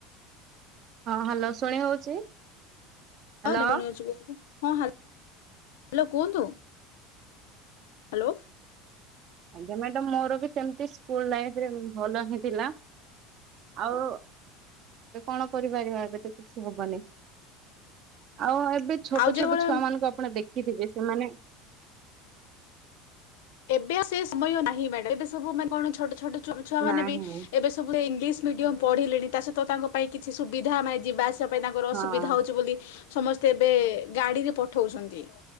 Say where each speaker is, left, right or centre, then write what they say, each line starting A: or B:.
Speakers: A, on the right; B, on the left.
A: ହଁ ହ୍ୟାଲୋ ଶୁଣି ହଉଛି?
B: <unintelligible>
A: ହ୍ୟାଲୋ
B: ହଁ ହ୍ୟାଲୋ କୁହନ୍ତୁ? ହ୍ୟାଲୋ।
A: ଆଜ୍ଞା ମ୍ୟାଡ ମୋର ବି ସେମତି ସ୍ଲ ଲାଇରେ ଭଲ ହିଁ ଥିଲା ଆଉ ଏବେ କଣ କରିପାରିବା ଏବେ ତ କିଛି ହବନି। ଆଉ ଏବେ ଛୋଟ
B: ଆଉ ଯେଭଳି
A: ଛୋଟ ଛୁଆ ମାନଙ୍କୁ ଆପଣ ଦେଖିଥିବେ ସେମାନେ
B: ଏବେ ସେ ସମୟ ନାହିଁ ମ୍ୟାଡ ଏବେ ସବୁ ମାନେ କଣ ଛୋଟ ଛୋ ଛ ଛୁଆ ମାନେ
A: ନାହିଁ
B: ବି ଏବେ ସବୁ ଇଂଲିଶ ମିଡ଼ିୟମ ପଢ଼ିଲେଣି ତା ସହିତ ତାଙ୍କ ପାଇଁ କିଛି ସୁବିଧା ମାନେ ଯିବା ଆସିବା ପାଇଁ ତାଙ୍କର
A: ହଁ
B: ଅସୁବିଧା ହେଉଛି ବୋଲି ସମସ୍ତେ ଏବେ ଗାଡିରେ ପଠଉଛନ୍ତି,